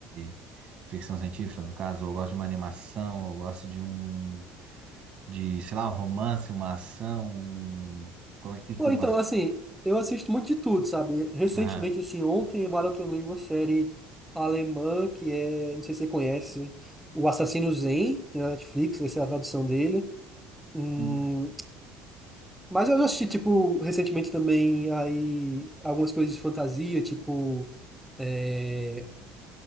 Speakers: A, on the right; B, in the centre.
A: de ficção científica, no caso, ou eu gosto de uma animação, ou eu gosto de um, de, sei lá, um romance, uma ação, um... Como é que, que
B: Bom,
A: tu gosta?
B: então, assim, eu assisto muito de tudo, sabe? Recentemente,
A: Aham.
B: assim, ontem eu maratonei uma série alemã que é, não sei se você conhece, O Assassino Zen, tem na Netflix, essa é a tradução dele. Hum,
A: Hum,
B: Mas eu já assisti, tipo, recentemente também aí algumas coisas de fantasia, tipo é,